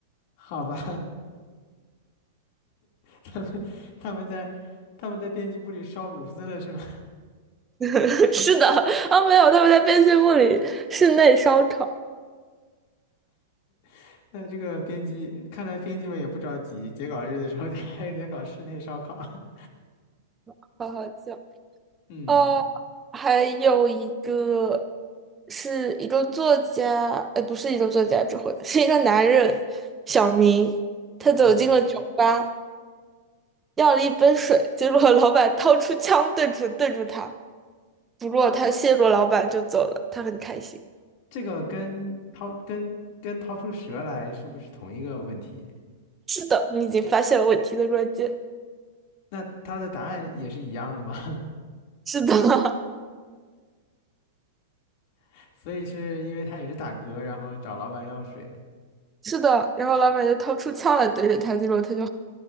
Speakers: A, on the left; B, on the right.
A: <laughs> 好吧。他们他们在他们在编辑部里烧炉子了是吗？
B: <laughs> 是的，啊，没有，他们在编辑部里室内烧烤，
A: <laughs> 那这个编辑看来编辑们也不着急，截稿日的时候得还得搞室内烧烤。<laughs>
B: 好好笑。
A: 嗯
B: 哦，还有一个是一个作家，呃，不是一个作家之后，这回是一个男人，小明，他走进了酒吧，
A: 嗯，
B: 要了一杯水，结果老板掏出枪对准对住他，不过他谢过老板就走了，他很开心。
A: 这个跟掏跟跟掏出蛇来是不是同一个问题？
B: 是的，你已经发现了问题的关键。
A: 那他的答案也是一样的吗？
B: 是的，
A: <laughs> 所以是因为他也是打嗝，然后找老板要水。
B: <laughs> 是的，然后老板就掏出枪来对着他，结果他就